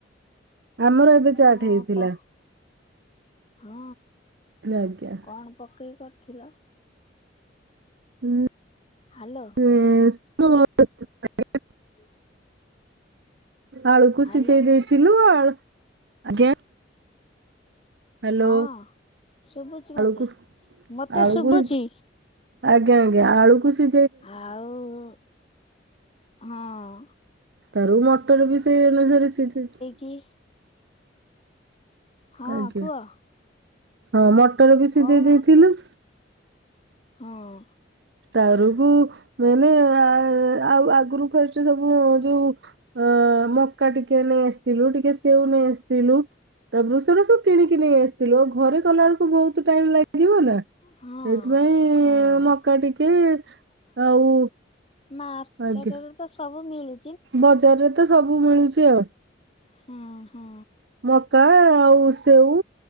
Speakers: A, on the right; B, on the left.
A: ଆମର ଏବେ ଚାଟ
B: ହଁ
A: ହେଇଥିଲା
B: କହ ହଁ।
A: କହିଲି ଆଜ୍ଞା।
B: କଣ ପକେଇ କରିଥିଲ?
A: ହୁଁ।
B: ହାଲୋ।
A: <unintelligible>
B: <inaudible>
A: ଆଳୁକୁ
B: ହ୍ୟାଲୋ
A: ସିଜେଇ ଦେଇଥିଲୁ ଆଳୁ ଆଜ୍ଞା। ହାଲୋ
B: ହଁ ଶୁଭୁଛି ମତେ।
A: ଆଳୁକୁ
B: ମତେ
A: ଆଳୁକୁ
B: ଶୁଭୁଛି
A: ଆଜ୍ଞା ଆଜ୍ଞା ଆଳୁକୁ ସି
B: ଆଉ ହଁ।
A: ତାରୁ ମଟର ବି ସେଇ ଅନୁସାରେ ସିଜୁଚି।
B: କିଏ? ହଁ
A: ଆଜ୍ଞା
B: କୁହ।
A: ହଁ ମଟର ବି ସିଜେଇ
B: କହୁନ
A: ଦେଇଥିଲୁ।
B: ହଁ।
A: ତା ପରକୁ ମାନେ ଆ ଆଉ ଆଗରୁ ଫାଷ୍ଟ ସବୁ ଯୋଉ ଅ ମକା ଟିକେ ନେଇଆସିଥିଲୁ ଟିକେ ସେଉ ନେଇ ଆସିଥିଲୁ ତାପରୁ ସେରା ସବୁ କିଣିକି ନେଇ ଆସିଥିଲୁ ଆଉ ଘରେ କଲା ବେଳକୁ ବହୁତ ଟାଇମ୍ ଲାଗିବ ନା ସେଇଥିପାଇଁ
B: ହଁ ହଁ
A: ମକା ଟିକେ ଆଉ
B: ମାର୍କେଟ
A: ଆଜ୍ଞା
B: ରେ ତ ସବୁ ମିଳୁ
A: ବଜାରରେ ତ ସବୁ ମିଳୁଚି ଆଉ।
B: ହଁ ହଁ।
A: ମକା ଆଉ ସେଉ